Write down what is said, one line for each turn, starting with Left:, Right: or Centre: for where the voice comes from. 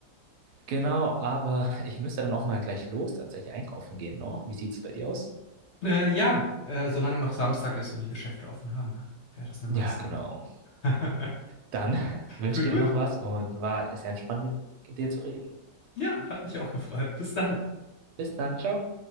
Right: genau, aber ich müsste dann auch mal gleich los tatsächlich einkaufen gehen noch. Wie sieht's bei dir aus?
Left: Äh, ja, äh, solange noch Samstag ist und die Geschäfte offen haben, wäre das eine
Right: Ja,
Left: Maßnahme.
Right: genau.
Left: <laughs>
Right: Dann <laughs> wünsche
Left: Gut,
Right: dir
Left: gut.
Right: noch was und war sehr entspannt mit dir zu reden.
Left: Ja, hat mich auch gefreut. Bis dann.
Right: Bis dann, ciao.